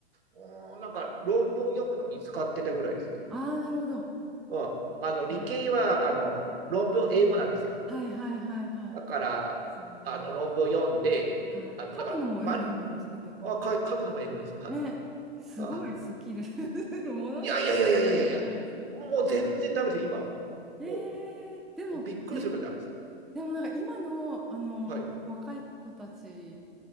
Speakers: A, on the right; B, in the centre.
A: う、うーん、なんか論文読むのに使ってたぐらいですね。
B: ああー、なるほど。は
A: うん。あの、理系は、
B: いは
A: あの、論文英語なんですよ。
B: いはいはいはいはい。
A: だから、
B: そうですよね。
A: あの、論文読んで、
B: はい。
A: あの、
B: 書くのも英語じゃないですか、
A: だから、ま、
B: 逆に。
A: あ、か、書くのも英語ですよ。はい。
B: ね。すごいスキル。
A: あ
B: <laughs> ものすごいスキルじゃないですか。
A: いやいやいやいやいやいやもう全然ダメですよ、今は。
B: ええでも、
A: お、おびっくりするからダメですよ。
B: じ、でもなんか今の、あの、
A: はい。
B: 若い子たち